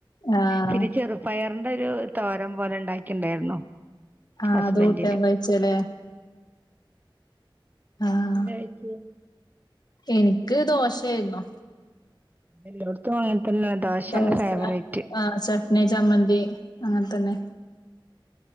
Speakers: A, on the left; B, on the right.
A: ആഹ്
B: പിന്ന ചെറുപ് പയറിന്റെ ഒരു തോരം പോലെ ഇണ്ടാക്കിണ്ടാര്ന്നു
A: ആഹ്
B: ഹസ്ബൻഡിന്
A: അത് കൂട്ടാൻ കഴിച്ചല്ലേ ആഹ്
B: എന്തേ പറ്റീ
A: എനിക്ക് ദോശേര്ന്നു
B: എല്ലോട്ത്തും അങ്ങനെത്തന്നെ ദോശയാണ്
A: ദോശ
B: ഫേവറേറ്റ്
A: ആഹ് ശെ പിന്നെ ചമന്തി അങ്ങൻതന്നെ